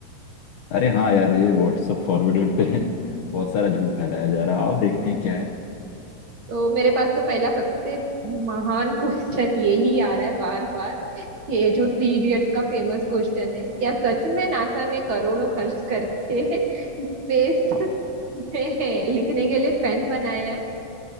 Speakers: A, on the left; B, on the right.
A: अरे हाँ यार ये व्हाट्सअप फॉरवर्डेड पे <laughs> बहुत सारा झूठ फैलाया जा रहा है आओ देखते हैं क्या है
B: तो मेरे पास तो पहला सबसे महान क्वेश्चन <laughs> यही आ रहा है बार बार ये जो थ्री इडियट्स का फेमस क्वेश्चन है क्या सच में नासा ने करोड़ों खर्च करके <laughs> स्पेस में लिखने के लिए पेन बनाया है